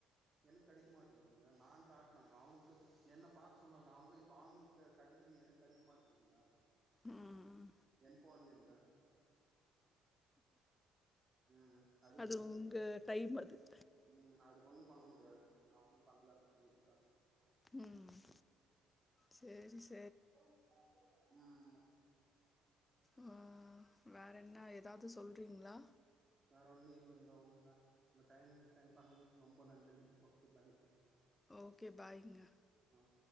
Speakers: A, on the right (about 30°); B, on the left (about 20°).
A: எனக்கு கெடைக்க மாட்டேங்கங்க நான் காட் ங்க அவுங்களுக்கு என்ன பாக் சொன்னாங்க அவுங்க பாங்குனு தெ கெடைக்குது எனக்கு கெடைக்க மாட்டேன்துங்க
B: ம்
A: என் பலிபீடத்தின் அ ம் அதுங்க
B: அது உங்கள் டைம் அது
A: ம் அது ஒண்ணும் பண்ண முடியாதுங்க நா ஒன்னு பண்ல உங்களுக்கிட்ட
B: ம் சேரி சே
A: ம் ஏம்
B: ம்ம் வேற என்ன எதாவது சொல்றீங்ளா
A: வேற ஒன்னும் இல்லங்கோ ஒங்க ஒங்க டைம் சென்ட் பண்ணதுக் ரொம்ப நன்றி ஓகே பாய்
B: ஓகே பாய்ங்க
A: ஆஹ்